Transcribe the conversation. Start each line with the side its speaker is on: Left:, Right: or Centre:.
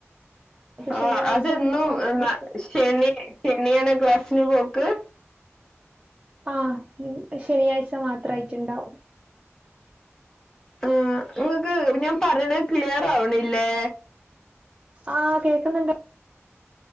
Right: ശനിയാഴ്ച
Left: ആഹ് അതെന്നും
Right: അങ്ങനെ ക്ലാസ്സിന് പോ
Left: ശനി ശനിയാണ ക്ലാസ്സിന് പോക്ക്
Right: ആഹ് ഇൻക്ക് ശനിയാഴ്ച്ച മാത്രം ആയിട്ടുണ്ടാവും
Left: ആഹ് നിങ്ങക്ക് ഞാൻ പറയണ ക്ലിയർ ആവണില്ലേ
Right: ആഹ് കേക്കുന്നുണ്ട്